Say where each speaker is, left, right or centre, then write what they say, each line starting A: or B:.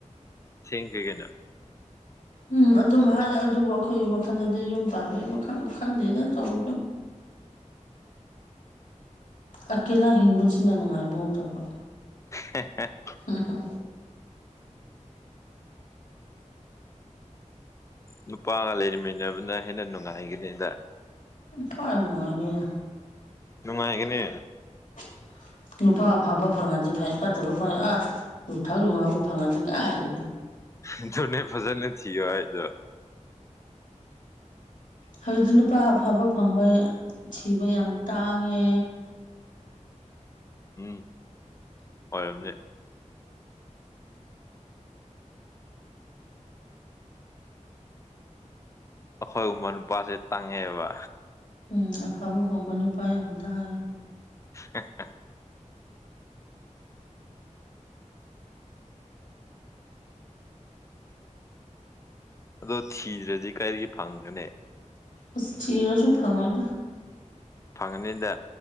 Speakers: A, on the left; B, on the left.
A: ꯊꯦꯡꯗꯦ ꯀꯩꯅꯣ
B: ꯎꯝ ꯑꯗꯨꯝ ꯍꯥꯏ ꯑꯗꯨꯕꯨ ꯑꯩꯈꯣꯏꯒꯤ ꯋꯥꯈꯜꯗꯗꯤ ꯌꯨꯝ ꯄꯥꯟꯕꯥꯩ ꯋꯥꯈꯜꯒ ꯈꯟꯗꯦꯗ ꯇꯧꯔꯤꯁꯦ ꯑꯀꯦꯂꯥ ꯍꯤꯡꯕꯁꯤꯅ ꯅꯨꯡꯉꯥꯏꯕꯒꯨꯝ ꯇꯧꯕ
A: ꯍꯦ ꯍꯦ
B: ꯍꯨꯝ-ꯍꯨꯝ
A: ꯅꯨꯄꯥꯒ ꯂꯩꯔꯤꯃꯤꯟꯅꯕꯅ ꯍꯦꯟꯅ ꯅꯨꯡꯉꯥꯏꯒꯅꯤꯗ
B: ꯀꯥꯏ ꯅꯨꯡꯉꯥꯏꯗꯣꯏꯅꯣ
A: ꯅꯨꯡꯉꯥꯏꯒꯅꯦ
B: <inaudible> ꯅꯨꯄꯥ ꯑꯐꯕ ꯐꯪꯉꯥꯗꯤ ꯐꯩꯪ ꯐꯠꯇꯕ ꯐꯪꯉꯥꯗꯤ ꯑꯥ ꯌꯨꯊꯛ ꯌꯨꯉꯥꯎꯕ ꯐꯪꯉꯗꯤ ꯀꯥꯏꯗꯒꯤ
A: ꯑꯗꯨꯅꯦ ꯐꯖꯅ ꯊꯤꯌꯣ ꯍꯥꯏꯗꯣ
B: ꯍꯧꯖꯤꯛꯇꯤ ꯅꯨꯄꯥ ꯑꯐꯕ ꯐꯪꯕ ꯊꯤꯕ ꯌꯥꯝ ꯇꯥꯡꯉꯦ
A: ꯎꯝ ꯑꯣꯏꯔꯝꯅꯤ ꯑꯩꯈꯣꯏꯒꯨꯝꯕ ꯅꯨꯄꯥꯁꯦ ꯇꯥꯡꯉꯦꯕ
B: ꯎꯝ ꯑꯐꯕ ꯀꯧꯕ ꯅꯨꯄꯥ ꯌꯥꯝ ꯇꯥꯡꯉꯦ
A: ꯍꯦ-ꯍꯦ ꯑꯗꯨ ꯊꯤꯗ꯭ꯔꯥꯗꯤ ꯀꯥꯏꯗꯒꯤ ꯐꯪꯒꯅꯤ
B: ꯑꯁ ꯊꯤꯔꯥꯁꯨ ꯐꯪꯉꯣꯏꯗ
A: ꯐꯪꯉꯅꯤꯗ